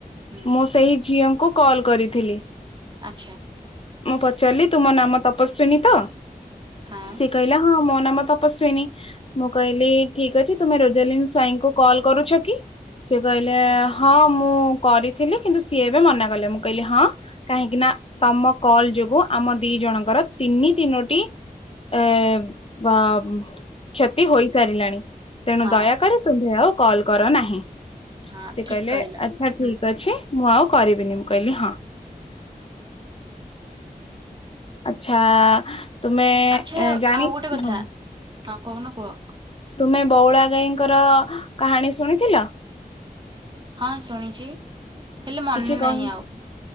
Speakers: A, on the right; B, on the left.
A: ହୁଁ
B: ମୁଁ ସେହି ଝିଅଙ୍କୁ କଲ କରିଥିଲି।
A: ଆଚ୍ଛା।
B: ମୁଁ ପଚାରିଲି ତୁମ ନାମ ତପସ୍ଵିନୀ ତ
A: ହଁ
B: ସେ କହିଲା ହଁ ମୋ ନାମ ତପସ୍ଵିନୀ ମୁଁ କହିଲି ଠିକ ଅଛି ତୁମେ ରୋଜାଲିନ୍ ସ୍ୱାଇଁଙ୍କୁ କଲ କରୁଛ କି ସେ କହିଲେ ହଁ ମୁଁ କରିଥିଲି କିନ୍ତୁ ସିଏ ଏବେ ମନା କଲେ ମୁଁ କହିଲି ହଁ କାହିଁକି ନା ତମ କଲ ଯୋଗୁ ଆମ ଦି ଜଣଙ୍କର ତିନି ତିନୋଟି ଏ ବା କ୍ଷତି ହୋଇସାରିଲାଣି। ତେଣୁ
A: ହଁ
B: ଦୟାକରି ତୁମ୍ଭେ ଆଉ କଲ୍ କର ନାହିଁ।
A: ହଁ
B: ସେ
A: ଠିକ
B: କହିଲେ
A: କହିଲ।
B: ଆଚ୍ଛା ଠିକ
A: ହୁଁ
B: ଅଛି ମୁଁ ଆଉ କରିବିନି ମୁଁ କହିଲି ହଁ। ଆଛା ତୁମେ
A: ଆଚ୍ଛା
B: ଜାଣି
A: ଆଉ ଗୋଟେ କଥା
B: ହଁ
A: ହଁ କହୁନ କୁହ।
B: ତୁମେ ବଉଳା ଗାଈଙ୍କର କାହାଣୀ ଶୁଣିଥିଲ।
A: ହଁ ଶୁଣିଛି ହେଲେ ମନେ
B: କିଛି କହି
A: ନାହିଁ ଆଉ।